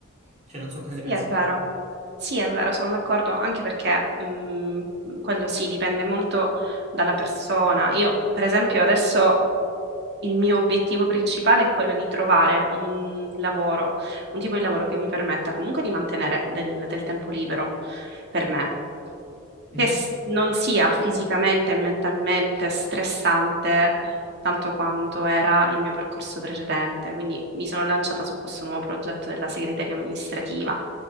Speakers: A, on the right; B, on the right.
A: Cioè, non so cosa
B: Sì,
A: ne pensi
B: è vero.
A: tu.
B: Sì, è vero, sono d'accordo, anche perché mh, quello sì, dipende molto dalla persona. Io, per esempio, adesso il mio obiettivo principale è quello di trovare un lavoro, un tipo di lavoro che mi permetta comunque di mantenere del, del tempo libero per me
A: Mhm.
B: che s- non sia fisicamente e mentalmente stressante tanto quanto era il mio percorso precedente. Quindi mi sono lanciata su questo nuovo progetto della segreteria amministrativa.